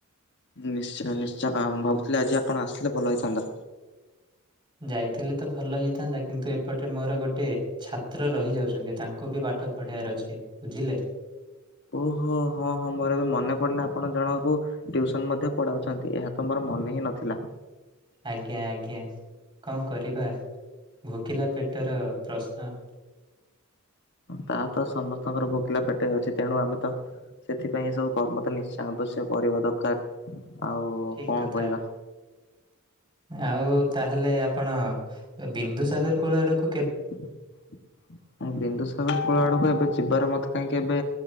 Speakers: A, on the left (about 55°); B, on the right (about 25°).
A: ନିଶ୍ଚୟ ନିଶ୍ଚୟ, ମୁ ଭାବୁଥିଲି ଆଜି ଆପଣ ଆସିଲେ ଭଲ ହେଇଥାନ୍ତା।
B: ଯାଇଥିଲେ ତ ଭଲ ହେଇଥାନ୍ତା, କିନ୍ତୁ ଏପଟେ ମୋର ଗୋଟେ ଛାତ୍ର ରହିଯାଉଛନ୍ତି ତାଙ୍କୁ ବି ବା ପାଠ ପଢ଼େଇ ବାର ଅଛି, ବୁଝିଲେ?
A: ଓହୋ, ହଁ ହଁ, ମୋର ଏବେ ମନେ ପଡିଲା। ଆପଣ ଜଣଙ୍କୁ ଟ୍ୟୁସନ୍ ମଧ୍ୟ ପଢାଉଛନ୍ତି, ଏହା ତ ମୋର ମନେ ହିଁ ନଥିଲା।
B: ଆଜ୍ଞା ଆଜ୍ଞା, କଣ କରିବା? ଭୋକିଲା ପେଟର ପ୍ରଶ୍ନ।
A: ତାହା ତ ସମସ୍ତଙ୍କର ଭୋକିଲା ପେଟେ ଅଛି ତେଣୁ ଆମେ ତ ସେଥିପାଇଁ ଏ ସବୁ କର୍ମ ତ ନିଶ୍ଚୟ ଆବଶ୍ୟ କରିବା ଦରକାର। ଆଉ
B: ଠିକ୍
A: କଣ
B: କଥା।
A: କହିବା।
B: ଆଉ ତାହାଲେ ଆପଣ ବିନ୍ଦୁ ସାଗର କୂଳ ଆଡକୁ
A: କଣ ବିନ୍ଦୁସାଗର କୋଳ ଆଡକୁ ଏବେ ଯିବାର ମତେ କାହିଁକି ଏବେ